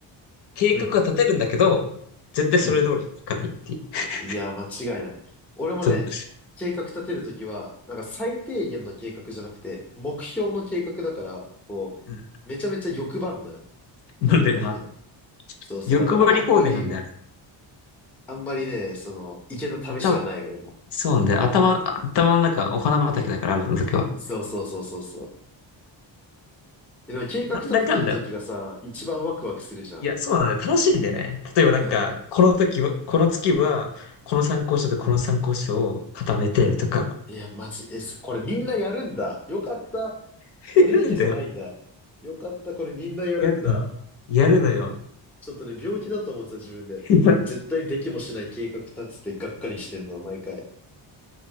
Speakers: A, on the left; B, in the centre.
A: 計画は立てるんだけど、
B: うん、
A: 絶対それ通りにいかないっていう。
B: うん。
A: <laughs>
B: いや、間違いない。俺もね、
A: そう。
B: 計画立てるときは、なんか最低限の計画じゃなくて、目標の計画だから、こう、
A: うん。
B: めちゃめちゃ欲張んのよ。
A: なんでな、
B: 立てるときに。そうそう。
A: 欲張り放題なんである。
B: だから、あんまり、あんまりね、その、池の試しはない、
A: 頭、
B: 俺も。
A: そうなんだよ。頭、頭の中、お花畑だから、あるの時は。
B: そうそうそうそうそう。でも計画立ててるときがさ、
A: なんだかんだ。
B: 一番ワクワクするじゃん。
A: いや、そうなんだよ。楽しいんだよね。例えばなんか、
B: うん
A: この時は、この月は、この参考書とこの参考書を固めてとか、
B: うん。いや、マジ、え、すこれみんなやるんだ。よかった。
A: <laughs>
B: 俺だけじゃないんだ。
A: やるんだよ。
B: よかった。これみんなやるんだ。
A: やるの。やるのよ。
B: ちょっとね、病気だと思ってた自分で。
A: <laughs> い
B: 絶対できもしない計画立ててがっかりしてんの、毎回。